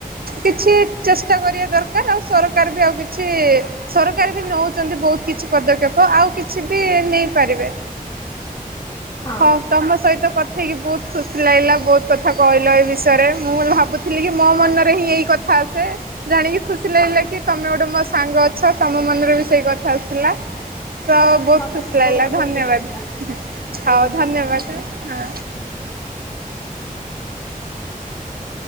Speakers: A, on the right (about 90°); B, on the left (about 25°).
A: କିଛି ଚେଷ୍ଟା କରିବା ଦରକାର ଆଉ ସରକାର ବି ଆଉ କିଛି ସରକାର ବି ନୋଉଚନ୍ତି ବୋହୁତ କିଛି ପଦକ୍ଷେପ ଆଉ କିଛି ବି ନେଇପାରିବେ।
B: ହଁ।
A: ହୋଉ ତମ ସହିତ କଥା ହେଇକି ବୋହୁତ ଖୁସି ଲାଗିଲା ବୋହୁତ କଥା କହିଲ ଏ ବିଷୟରେ। ମୁଁ ଭାବୁଥିଲି କି ମୋ ମନରେ ହିଁ ଏଇ କଥା ଆସେ ଜାଣିକି ଖୁସି ଲାଗିଲେ କି ତମେ ଗୋଟେ ମୋ ସାଙ୍ଗ ଙ୍ଗ ଅଛ ତମ ମନରେ ବି ସେଇ କଥା ଆସିଲା। ତ ବୋହୁତ
B: ମତେ
A: ଖୁସି
B: ବି
A: ଲାଗିଲା
B: ବହୁତ ଖୁସି
A: ଧନ୍ୟବାଦ
B: ଲାଗିଲା ମତେ
A: ହୋଉ
B: ବି ବହୁତ
A: ଧନ୍ୟବାଦ
B: ଖୁସି ଲାଗିଲା ଧନ୍ୟବାଦ
A: ହଁ।
B: ଧନ୍ୟବାଦ। <inaudible>